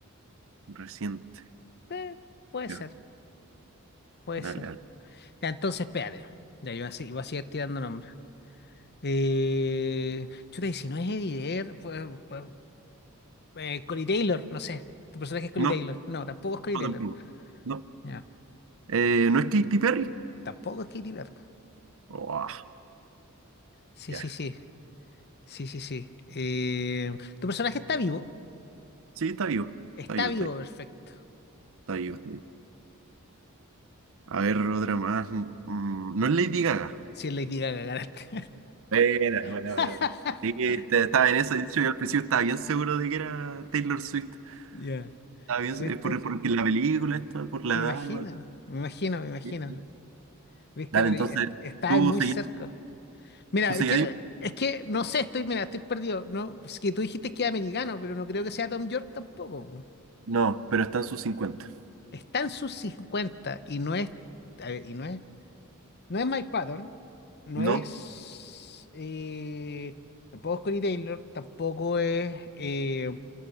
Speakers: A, on the right (about 65°); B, on the left (about 50°).
A: Reciente.
B: eh, puede
A: Ya,
B: ser, puede
A: Dale,
B: ser.
A: dale.
B: Ya, entonces, espérate. Ya, yo así, iba a seguir tirando nombres. Eh, chuta, y si no es Eddie Vedder, pues, pues, eh, Corey Taylor, no sé. ¿Tu personaje es Corey
A: No,
B: Taylor? No, tampoco es Corey
A: no
B: Taylor.
A: tampoco. No.
B: Ya.
A: Eh, ¿no es Katy Perry?
B: Tampoco es Katie Vedder.
A: Oh, ah,
B: Sí,
A: ya.
B: sí, sí. Sí, sí, sí. Eh, ¿tu personaje está vivo?
A: Sí, está vivo. Está
B: Está
A: vivo,
B: vivo,
A: está vivo,
B: perfecto.
A: está vivo, está vivo. A ver, otra más. Mm, no es Lady Gaga.
B: Si es Lady Gaga, ganaste.
A: Buena,
B: <laughs>
A: buena, buena. Sí, te- estaba en eso. De hecho, yo al principio estaba bien seguro de que era Taylor Swift.
B: Ya.
A: Estaba bien,
B: ¿Viste?
A: eh, por, porque la película, esto, por la
B: Me
A: edad,
B: imagino,
A: igual.
B: me imagino, me imagino.
A: Sí, sí. sí.
B: ¿Viste?
A: Dale,
B: Pero
A: entonces,
B: est- está
A: ¿tú
B: muy
A: seguías?
B: cerca. Mira,
A: ¿Tú seguías?
B: quiero- es que no sé, estoy, mira, estoy perdido. No, es que tú dijiste que era americano, pero no creo que sea Tom York tampoco. po.
A: No, pero están sus 50.
B: Está en sus 50 y no es, a ver, y no es, no es Mike Patton, no
A: No.
B: es, eh, tampoco es Corey Taylor, tampoco es, eh,